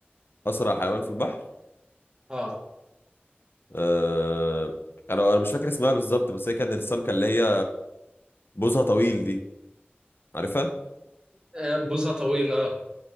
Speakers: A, on the left; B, on the right.
A: اسرع حيوان في البحر
B: اه
A: آه، انا انا مش فاكر اسمها بالظبط بس هي كان السمكه اللي هي بوزها طويل دي عارفها
B: آه، بوزة طويلة